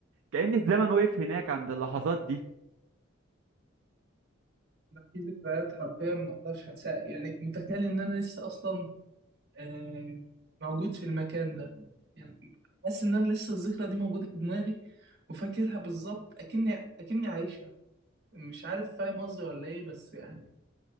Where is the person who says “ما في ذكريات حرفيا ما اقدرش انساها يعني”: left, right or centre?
Right